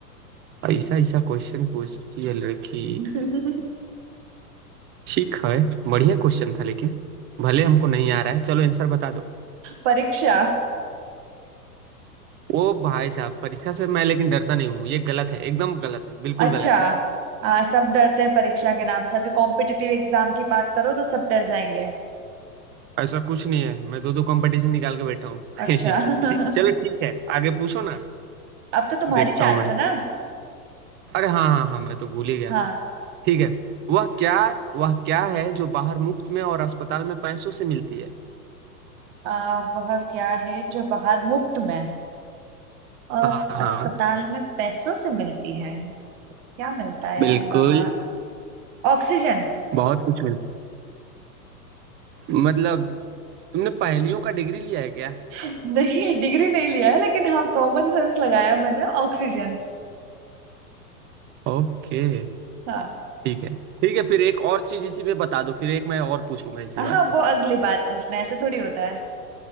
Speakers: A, on the right (about 25°); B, on the right (about 40°).
A: ऐसा ऐसा क्वेश्चन पूछती है लड़की
B: <laughs>
A: ठीक है बढ़िया क्वेश्चन था लेकिन भले हमको नहीं आ रहा है चलो आंसर बता दो
B: परीक्षा
A: ओ भाई साहब परीक्षा से मैं लेकिन डरता नहीं हूँ ये गलत है एकदम गलत है बिल्कुल
B: अच्छा
A: गलत है
B: हाँ सब डरते हैं परीक्षा के नाम से अभी कॉम्पिटिटिव एग्जाम की बात करो तो सब डर जाएंगे
A: ऐसा कुछ नहीं है मैं दो दो कंपटीशन निकाल के बैठा हूँ <laughs>
B: अच्छा <laughs>
A: चलो ठीक है आगे पूछो ना
B: अब तो तुम्हारी
A: देखता
B: चांस
A: हूँ मैं
B: है ना
A: अरे हाँ हाँ हाँ मैं तो भूल ही गया
B: हाँ
A: था ठीक है वह क्या वह क्या है जो बाहर मुफ्त में और अस्पताल में पैसों से मिलती है
B: आ, वह क्या है जो बाहर मुफ्त में है? और
A: हाँ हाँ
B: अस्पताल में पैसों से मिलती है क्या मिलता है
A: बिल्कुल
B: यार बाहर ऑक्सीजन
A: बहुत कुछ मिल मतलब तुमने पहेलियों का डिग्री लिया है क्या
B: नहीं डिग्री नहीं लिया है लेकिन हाँ कॉमन सेंस लगाया मैंने ऑक्सीजन
A: ओके
B: हाँ
A: ठीक है ठीक है फिर एक और चीज इसी पे बता दो फिर एक मैं और पूछूंगा इसी बात
B: हाँ
A: पे
B: वो अगली बात पूछना ऐसे थोड़ी होता है